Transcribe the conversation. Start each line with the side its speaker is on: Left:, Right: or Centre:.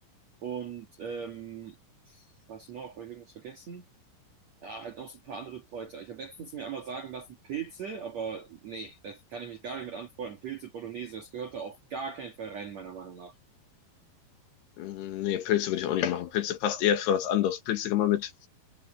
Right: Und ähm, was noch? Habe ich irgendwas vergessen? Ja, halt noch so ein paar andere Kräuter. Ich habe letztens mir einmal sagen lassen, Pilze, aber nee, das kann ich mich gar nicht mit anfreunden. Pilze, Bolognese, das gehört da auf gar keinen Fall rein, meiner Meinung nach.
Left: Mm, Nee, Pilze würde ich auch nicht machen. Pilze passt eher für was anderes. Pilze kann man mit,